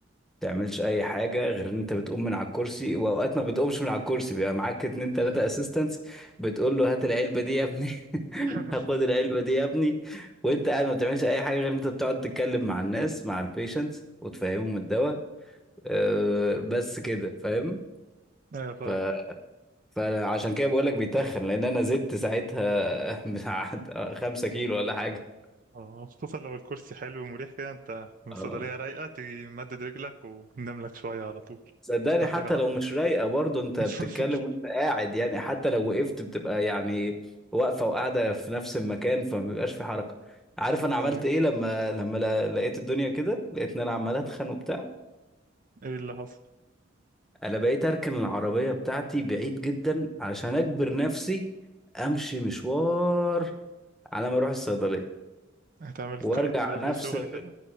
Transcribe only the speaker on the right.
أمم.
<laughs>
ايوه فاهم
اه خصوصا لو الكرسي حلو ومريح كده انت من الصيدلية
رايقة تيجي مدد رجلك وننام لك شوية على طول
محتاجة
حر
<laughs>
ايوه
ايه اللي حصل؟
هتعمل
كارديو
قبل الشغل
كده؟